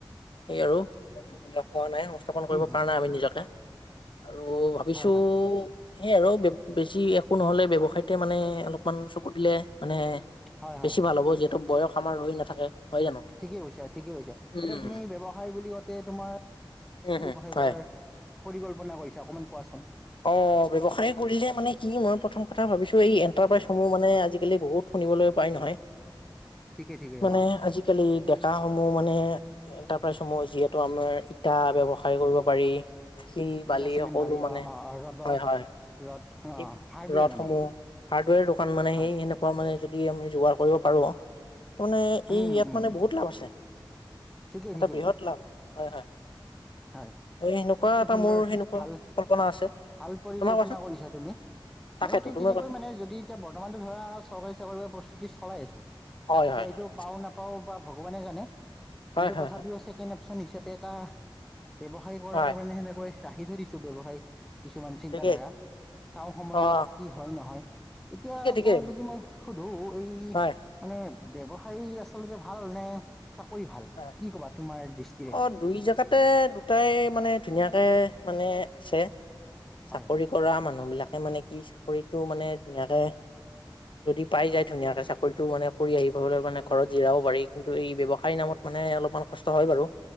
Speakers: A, on the left (about 75°); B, in the centre.
A: সেই আৰু <unintelligible> পোৱা নাই স্থাপন
B: হম
A: কৰিব
B: হম
A: পৰা নাই আমি নিজকে আৰু ভাবিছো
B: হয় হয়
A: সে আৰু বেছি একো নহলে ব্যৱসায়তে মানে অলপমান চকু দিলে মানে
B: হয়
A: বেছি
B: হয়
A: ভাল হ'ব যিহেতু বয়স আমাৰ ৰৈ নাথাকে। হয় জানো
B: ঠিকেই কৈছা ঠিকেই কৈছা
A: উম
B: এতিয়া তুমি ব্যৱসায় বুলি কওঁতে তোমাৰ
A: উম হম
B: ব্যৱসায়
A: হয়
B: কৰাৰ পৰিকল্পনা কৰিছা অকণমান কোৱাচোন।
A: অ' ব্যৱসায় কৰিলে মানে কি মই প্ৰথম কথা ভাবিছো এই এণ্টাৰপ্ৰাইজসমূহ মানে আজিকালি বহুত শুনিবলৈ পাই নহয়
B: <unintelligible> ঠিকেই ঠিকেই
A: মানে
B: অঁ
A: আজি আজিকালি ডেকাসমূহ মানে এটাৰপ্ৰাইজসমূহ যিহেতু আমাৰ তা ব্যৱসায় কৰিব পাৰি শিল
B: ইটা
A: বালি
B: চিমেণ্ট
A: সকলো মানে
B: অঁ অঁ অঁ ৰ'দৰ
A: হয়, হয়।
B: ৰ'দ অঁ
A: এই
B: হাৰ্ডৱেৰ
A: ৰথসমূহ
B: মানে
A: হাৰ্ডৱেৰ দোকান মানে
B: হাৰ্ড
A: সেই এনেকুৱা মানে যদি আমি যোগাৰ কৰিব পাৰো। <unintelligible>
B: উম
A: এই
B: উম
A: ইয়াত
B: উম
A: মানে বহুত লাভ আছে
B: ঠিকেই
A: এটা
B: ঠিকেই
A: বৃহৎ লাভ হয়, হয়।
B: হয়
A: এ সেনেকুৱা
B: খুব
A: এটা
B: সুন্দৰ
A: মোৰ সেনেকুৱা
B: ভাল
A: কল্পনা আছে।
B: ভাল পৰিকল্পনা
A: তোমাৰ কোৱাচোন
B: কৰিছা তুমি
A: তাকেতো
B: মইো ঠিক
A: তুমি
B: তেনেকৈ
A: কোৱাচোন
B: মানে যদি এতিয়া বৰ্তমান ধৰা চৰকাৰী চাকৰি প্ৰস্তুতি চলাই আছো
A: হয়
B: এতিয়া
A: হয়
B: সেইটো
A: হয়
B: পাও নাপ কওঁ বা ভগৱানে জানে
A: হয়
B: কিন্তু
A: হয়
B: তথাপিও
A: হয়
B: ছেকেণ্ড অপচন হিচাপে এটা ব্যৱসায় কৰা
A: হয়
B: মানে সেনেকৈ ৰাখি থৈ দিছো ব্যৱসায় কিছুমান চিন্তাধাৰা।
A: ঠিকেই
B: চাওঁ সময়ৰ
A: অ
B: লগত কি হল নহয় এতিয়া
A: ঠিকে ঠিকে
B: তোমাক যদি মই সোধো এই
A: হয়
B: মানে, ব্যৱসায় আচলতে ভাল নে চাকৰি ভাল
A: হয়
B: কি ক'বা তোমাৰ দৃষ্টিৰে
A: অ দুই জেগাতে দুটাই মানে ধুনীয়াকে মানে আছে।
B: হয়
A: চাকৰি
B: হয়
A: কৰা মানুহ বিলাকে মানে কি চাকৰিতটো মানে ধুনীয়াকে যদি পাই যায় ধুনীয়াকে
B: হয়
A: চাকৰিতটো মানে কৰি আহি পলৈ কাৰণে ঘৰত জিৰাবও পাৰি কিন্তু এই ব্যৱসায়ৰ নামত মানে অলপমান কষ্ট হয় বাৰু